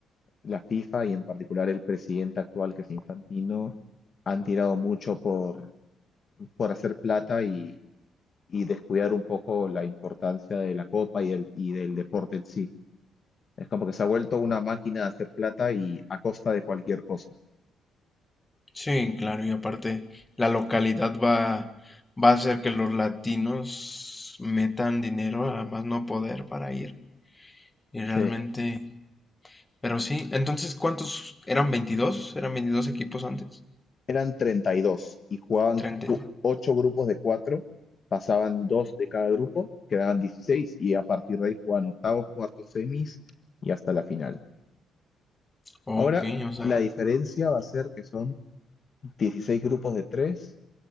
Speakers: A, on the left; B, on the left.
A: la FIFA y en particular el presidente actual, que es Infantino, han tirado mucho por, por hacer plata y, y descuidar un poco la importancia de la copa y, el, y del deporte en sí. Es como que se ha vuelto una máquina de hacer plata y a costa de cualquier cosa.
B: sí, claro, y aparte la localidad va, va a hacer que los latinos metan dinero a más no poder para ir. Y realmente,
A: sí
B: pero sí, entonces, ¿cuántos eran veintidós ¿Eran 22 equipos antes?
A: eran treinta y dos y jugaban
B: treinta
A: cu- 8 grupos de cuatro pasaban 2 de cada grupo, quedaban 16 y a partir de ahí jugaban octavos, cuartos, semis y hasta la final.
B: Ok,
A: Ahora
B: o sea,
A: la diferencia va a ser que son 16 grupos de 3